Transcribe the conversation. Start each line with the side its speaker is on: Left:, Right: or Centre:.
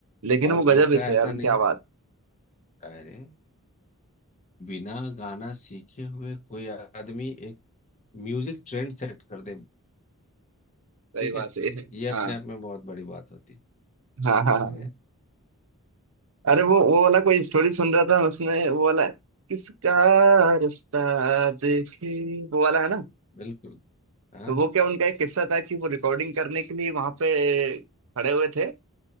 Right: लेकिन
Left: और
Right: वो गजब
Left: उनका
Right: ही थे
Left: ऐसा
Right: यार उनकी
Left: नहीं
Right: आवाज
Left: अरे बिना गाना सीखे हुए कोई आदमी एक म्यूजिक ट्रेंड सेट कर दे
Right: सही
Left: ठीक
Right: बात
Left: है
Right: है
Left: ये अपने
Right: हाँ
Left: आप में बहुत बड़ी बात होती है
Right: हाँ हाँ
Left: समझ
Right: हाँ।
Left: गए
Right: अरे वो वो वाला कोई स्टोरी सुन रहा था मैं उसमें वो वाला है, किसका रास्ता देखे वो वाला है ना
Left: बिल्कुल हाँ
Right: तो वो
Left: हाँ
Right: क्या उनका एक किस्सा था कि वो रिकॉर्डिंग करने के लिए वहां पे खड़े हुए थे हाँ,